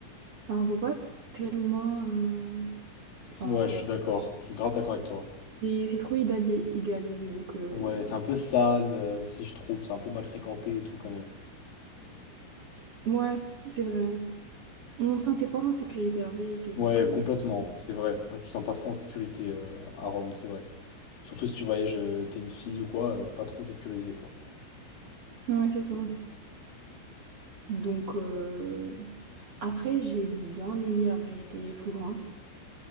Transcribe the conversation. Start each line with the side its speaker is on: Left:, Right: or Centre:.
Right: Ça en vaut pas tellement... euh, Enfin,
Left: Ouais, je suis d'accord, je suis grave d'accord avec toi.
Right: C'est c'est trop idéali- idéalisé, donc... euh,
Left: Ouais, c'est un peu sale euh, aussi, je trouve, c'est un peu mal fréquenté et tout quand même.
Right: Ouais, c'est vrai. On se sentait pas en sécurité, en vérité, donc...
Left: Ouais,
Right: euh,
Left: complètement, c'est vrai. Ouais, tu te sens pas trop en sécurité euh, à Rome, c'est vrai. Surtout si tu voyages, euh, t'es une fille ou quoi, euh, c'est pas trop sécurisé, quoi.
Right: Ouais, c'est ça. Donc, euh, après, j'ai bien aimé, la vérité, Flougrance.